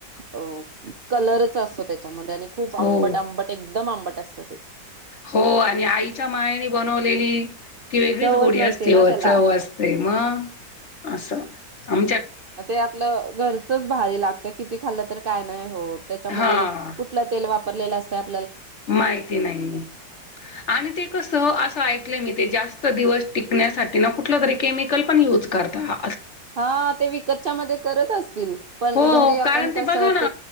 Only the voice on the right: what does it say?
अ-अ कलर च असतो त्या म त्याने खूप
आंबट-आंबट एकदम आंबट असं <unintelligible>
चवच
नसते
ना
त्याला
आता हे आपलं घरचंच भारी लागतंय, किती खाल्लं तर काय नाय होत. त्याच्या मध्ये
कुठला तेल वाप परलेलं असत्यात
हा त्या विकतच्या मध्ये करत असतील. पण
घरी आपण
कसं